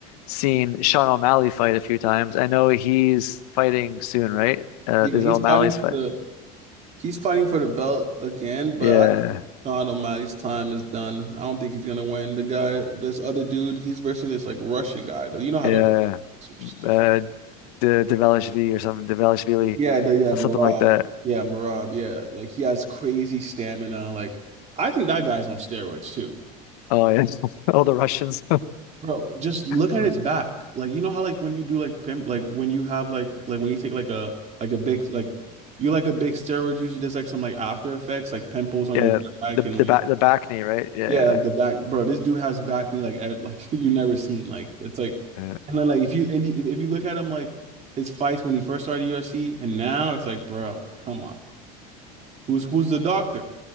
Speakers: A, on the left; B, on the right.
A: seen Sean O'Malley fight a few times. I know he's fighting soon, right? Uh,
B: yeah,
A: there's
B: he's
A: O'Malley's
B: fighting for
A: fight.
B: the he's fighting for the belt again, but
A: Yeah,
B: I think Sean O'Malley's time is done. I don't think he's gonna win. The guy, this other dude, he's versing this like Russian guy though. You know how
A: yeah.
B: those Russian guys are just different.
A: Uh, De Develishvili or something, Develishvili,
B: Yeah, the, yeah,
A: something
B: Marab.
A: like that.
B: Yeah, Marab. Yeah, like he has crazy stamina. Like I think that guy's on steroids too,
A: Oh yeah, <laughs> all the Russians.
B: bro. Just look
A: <laughs>
B: at his back. Like you know how like when you do like pimp, like when you have like like when you take like a like a big like you're like a big steroid user. There's like some like after effects, like pimples on
A: Yeah,
B: your back
A: the
B: and like
A: the back the back knee, right? Yeah,
B: yeah, like the back, bro. This dude has back knee like ev- like <laughs> you never seen. Like it's like
A: Yeah.
B: and then like if you and you- if you look at him like his fights when he first started UFC and now it's like, bro, come on. Who's who's the doctor?